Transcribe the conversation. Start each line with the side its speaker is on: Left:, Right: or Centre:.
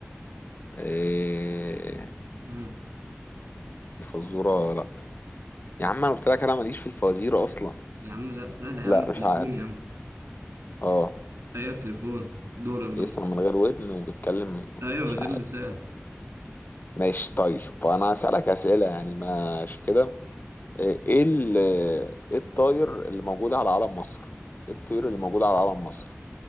Left: آه
Right: امم
Left: الفزورة لا يا عم أنا قلت لك أنا ماليش في الفوازير أصلا
Right: يا عم لا سهلة يا
Left: لا
Right: عم التليفون
Left: مش عارف
Right: يا عم
Left: اه
Right: ايوه التليفون دورك
Left: بيسمع
Right: دور
Left: من غير ودن وبيتكلم
Right: ايوه من
Left: مش
Right: غير
Left: عارف
Right: لسان
Left: ماشي طيب انا هسألك أسئلة يعني ماشي كده ايه إيه ال- إيه الطاير اللي موجود على علم مصر ايه الطير اللي موجود على علم مصر